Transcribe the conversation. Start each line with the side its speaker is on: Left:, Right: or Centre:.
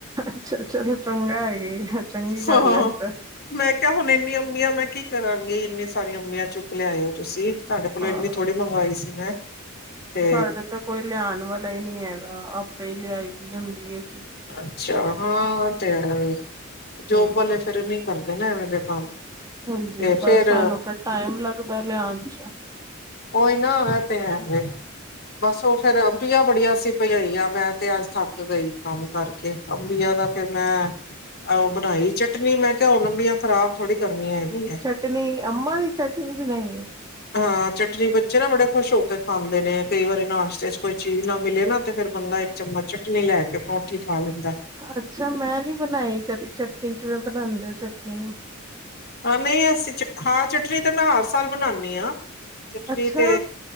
Right: ਅੱਛਾ, ਚਲੋ ਚੰਗਾ ਹੈਗੀ। ਚੰਗੀ ਗੱਲ
Left: ਹਾਂ ਹਾਂ
Right: ਹੈ ਤੇ
Left: ਮੈਂ ਕਿਹਾ ਹੁਣ ਇੰਨੀ ਅੰਬੀਆਂ ਮੈਂ ਕੀ ਕਰਾਂਗੀ, ਇੰਨੀ ਸਾਰੀਆਂ ਅੰਬੀਆਂ ਚੁੱਕ ਲਿਆਇਓ ਤੁਸੀ। ਤੁਹਾਡੇ ਕੋਲੋਂ
Right: ਹਾਂ
Left: ਇੰਨੀ ਥੋੜ੍ਹੀ ਮੰਗਵਾਈ ਸੀ, ਮੈਂ। ਤੇ
Right: ਸਾਡੇ ਤੇ ਕੋਈ ਲਿਆਣ ਵਾਲਾ ਈ ਨਹੀਂ ਹੈਗਾ, ਆਪੇ ਈ ਲਿਆਈ ਦੀ ਹੁੰਦੀ ਏ।
Left: ਅੱਛਾ, ਹਾਂ ਤੇ ਹੈਵੇ। ਜੋਬ
Right: ਹਮ
Left: ਵਾਲੇ ਫਿਰ ਨਹੀਂ ਕਰਦੇ ਨਾ, ਐਵੇਂ ਦੇ ਕੰਮ।
Right: ਹਾਂਜੀ,
Left: ਤੇ ਫੇਰ
Right: ਬਸ ਸਾਨੂੰ ਫਿਰ ਟਾਈਮ ਲੱਗਦਾ ਲਿਆਨ'ਚ।
Left: ਓਈ ਨਾ, ਓ ਤੇ ਹੈਵੇ। ਬਸ ਉਹ ਫਿਰ ਅੰਬੀਆਂ ਬੜੀਆਂ ਸੀ ਪਈਆਂ ਹੋਈਆ, ਮੈਂ ਤੇ ਅੱਜ ਥੱਕ ਗਈ ਕੰਮ ਕਰਕੇ ਅੰਬੀਆਂ ਦਾ ਫਿਰ ਮੈਂ, ਉਹ ਬਣਾਈ ਚਟਨੀ, ਮੈਂ ਕਿਹਾ ਹੁਨ ਅੰਬੀਆਂ ਖ਼ਰਾਬ ਥੋੜੀ ਕਰਨੀ ਹੈਗੀ ਏ।
Right: ਚਟਨੀ, ਅੰਬਾਂ ਦੀ ਚਟਨੀ ਤੇ ਨਹੀਂ।
Left: ਹਾਂ, ਚਟਨੀ ਬੱਚੇ ਨਾ ਬੜੇ ਖੁਸ਼ ਹੋਕੇ ਖਾਂਦੇ ਨੇ, ਕਈ ਵਾਰੀ ਨਾਸ਼ਤੇ'ਚ ਕੋਈ ਚੀਜ਼ ਨਾ ਮਿਲੇ ਨਾ ਤੇ ਫਿਰ ਬੰਦਾ, ਇੱਕ ਚਮਚ ਚਟਨੀ ਲੈਕੇ ਪਰੌਠੀ ਖਾ ਲੀਂਦਾ।
Right: ਅੱਛਾ, ਮੈਂ ਨੀ ਬਨਾਈ ਕਦੀ ਚਟਨੀ, ਕਿਵੇਂ ਬਣਾਂਦੇ ਓ ਚਟਨੀ?
Left: ਹਾਂ, ਨਹੀਂ ਅਸੀਂ ਹਾਂ ਚਟਨੀ ਤੇ ਮੈਂ ਹਰ ਸਾਲ ਬਣਾਂਨੀ ਆ, ਚਟਨੀ
Right: ਅੱਛਾ
Left: ਤੇ